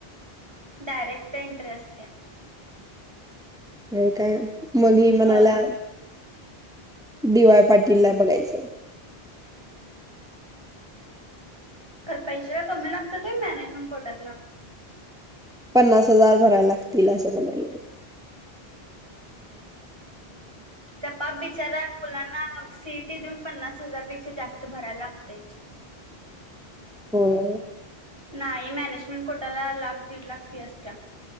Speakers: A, on the right; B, in the centre.
A: डायरेक्ट एन्ट्री असत्या.
B: व्हय काय मग ही म्हणायल्या.
A: होय
B: डीवाय पाटील ला बघायचं.
A: खरं पैसे काय कमी लागतेत व्हय मॅनेजमेंट कोट्यातनंं.
B: पन्नास हजार भरायला लागतील असं म्हणाले.
A: ते <inaudible> जरा मुलांना अ सीईटी देऊन पन्नास हजारपेक्षा जास्त भरायला लागतंय.
B: होय.
A: नाही मॅनेजमेंट कोटाला लाख दीड लाख फी असत्या.